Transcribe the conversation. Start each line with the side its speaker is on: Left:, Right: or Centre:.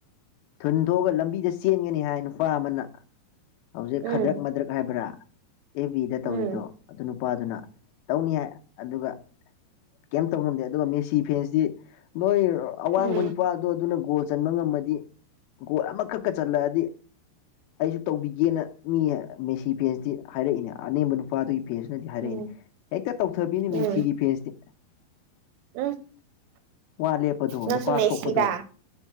Left: ꯊꯨꯟ ꯊꯣꯛꯑꯒ ꯂꯝꯕꯤꯗ ꯆꯦꯟꯒꯅꯤ ꯍꯥꯏ ꯅꯨꯄꯥ ꯑꯃꯅ꯫ ꯍꯧꯖꯤꯛ
Right: ꯎꯝ
Left: ꯈꯗ꯭ꯔꯛ ꯃꯗ꯭ꯔꯛ ꯍꯥꯏꯕ꯭ꯔꯥ꯫ ꯑꯦꯞ ꯕꯤꯗ
Right: ꯎꯝ
Left: ꯇꯧꯔꯤꯗꯣ ꯑꯗꯨꯅꯨꯞ꯫ ꯅꯨꯄꯥꯗꯨꯅ ꯇꯧꯅꯤ ꯍꯥꯏ ꯑꯗꯨꯒ ꯀꯩꯝꯇꯧ ꯉꯝꯗꯦ ꯑꯗꯨꯒ ꯃꯤꯁꯤ꯫ ꯗꯤꯐꯦꯟꯁꯇꯤ ꯅꯣꯏ ꯑꯋꯥꯡꯕ
Right: ꯎꯝ
Left: ꯅꯨꯄꯥꯗꯣ ꯑꯗꯨꯅ ꯒꯣꯜ꯫ ꯆꯟꯕ ꯉꯝꯃꯗꯤ ꯒꯣꯜ ꯑꯃꯈꯛꯀ ꯆꯜꯂꯛꯑꯗꯤ꯫ ꯑꯩꯁꯨ ꯇꯧꯕꯤꯒꯦꯅ ꯃꯤ ꯃꯦꯁꯤ ꯐꯦꯟꯁꯇꯤ ꯍꯥꯏꯔꯛꯏꯅꯦ ꯑꯅꯦꯝꯕ ꯅꯨꯄꯥꯗꯨꯒꯤ꯫ ꯐꯦꯟꯁꯅꯗꯤ ꯍꯥꯏꯔꯛꯏꯅꯤ
Right: ꯎꯝ
Left: ꯍꯦꯛꯇ ꯇꯧꯊꯕꯤꯅꯤ
Right: ꯎꯝ
Left: ꯃꯦꯁꯤꯒꯤ ꯐꯦꯟꯁꯇꯤ꯫
Right: ꯎꯝ
Left: ꯋꯥ ꯂꯦꯞꯄꯗꯣ
Right: ꯅꯪꯁꯨ
Left: ꯅꯨꯄꯥ
Right: ꯃꯦꯁꯤꯔꯥ
Left: ꯊꯣꯛꯄꯗꯣ꯫